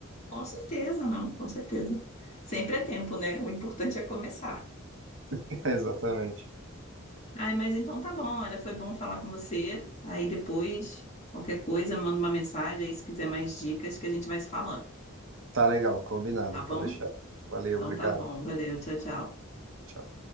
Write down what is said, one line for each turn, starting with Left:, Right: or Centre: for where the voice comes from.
Left: Com certeza, não, com certeza. Sempre é tempo, né? O importante é começar.
Right: <laughs> Exatamente.
Left: Ai, mas então tá bom, olha, foi bom falar com você. Aí depois, qualquer coisa, manda uma mensagem aí se quiser mais dicas que a gente vai se falando,
Right: Tá legal, combinado,
Left: tá bom?
Right: pode deixar. Valeu,
Left: Então
Right: obrigado.
Left: tá bom, valeu, tchau, tchau.
Right: Tchau.